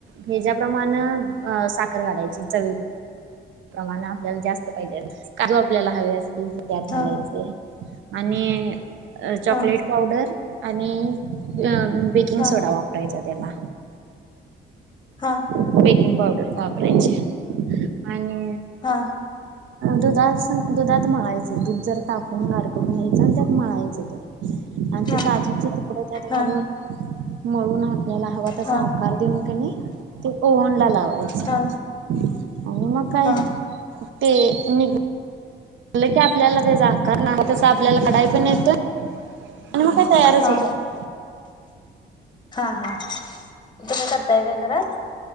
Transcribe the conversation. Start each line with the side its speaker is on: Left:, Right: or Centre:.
Right: ह्याच्याप्रमाण अ साखर घालायची चवी प्रमाणं आपल्याला जास्त पाहिजेल, काजू आपल्याला हवे असतील त्यात घालायचे.
Left: हा
Right: आणि चॉकलेट
Left: हा
Right: पावडर आणि बेकिंग
Left: हा
Right: सोडा वा परायचा तेला.
Left: हा...
Right: बेकिंग पावडर वापरायचे आणि.
Left: हा
Right: दुधात दुधात मळायचं दुध जर तापून गार करून घ्यायचं आणि त्यात मळायचं ते. आणि
Left: हा
Right: ती काजूचे तुकड त्यात घालून.
Left: हा
Right: म्हळून आपल्याला हव तसा
Left: हा
Right: आकार देऊन त्यांनी. ओओन ला लावायच
Left: हा
Right: आणि मग काय
Left: हा
Right: ते निघ. की आपल्याला ज जाकार नाही तस आपल्याला कढाई पण येतोय आणि मग काय तयारच
Left: हा
Right: होत.
Left: हा हा इथे काय करताय का घरात.